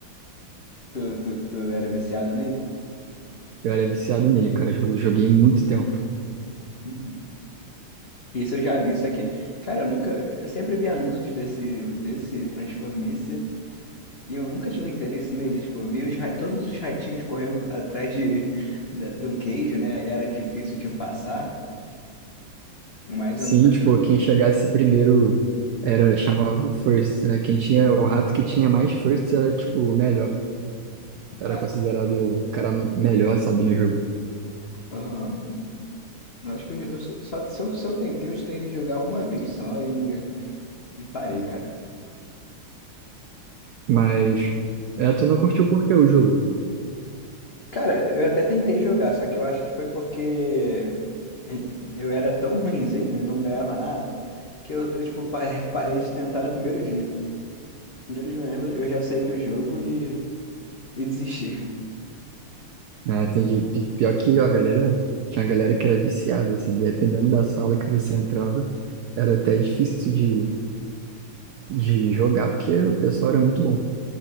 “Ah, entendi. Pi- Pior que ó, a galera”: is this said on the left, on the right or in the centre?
Right